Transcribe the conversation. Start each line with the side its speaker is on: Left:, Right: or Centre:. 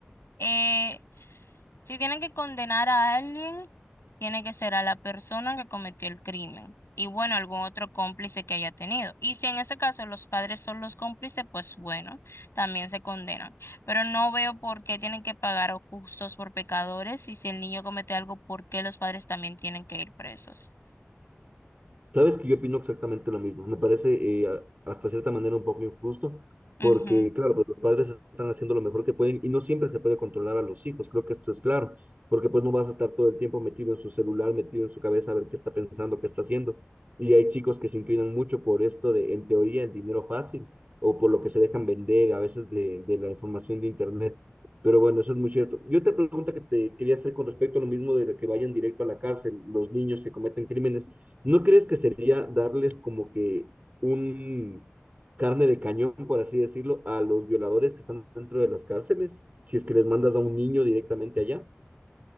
Left: eh, Si tienen que condenar a alguien, tiene que ser a la persona que cometió el crimen y bueno, algún otro cómplice que haya tenido. Y si en ese caso los padres son los cómplices, pues bueno, también se condenan. Pero no veo por qué tienen que pagar a justos por pecadores y si el niño comete algo, ¿por qué los padres también tienen que ir presos?
Right: Sabes que yo opino exactamente lo mismo. Me parece eh, a- hasta cierta manera un poco injusto, porque
Left: Ujú.
Right: claro, pues los padres están haciendo lo mejor que pueden y no siempre se puede controlar a los hijos. Creo que esto es claro, porque pues no vas a estar todo el tiempo metido en su celular, metido en su cabeza a ver qué está pensando, qué está haciendo. Y hay chicos que se inclinan mucho por esto de, en teoría, el dinero fácil o por lo que se dejan vender a veces de, de la información de internet. Pero bueno, eso es muy cierto. Yo otra pregunta que te quería hacer con respecto a lo mismo de que vayan directo a la cárcel los niños que cometen crímenes, ¿no crees que sería darles como que un carne de cañón, por así decirlo, a los violadores que están dentro de las cárceles? Si es que les mandas a un niño directamente allá.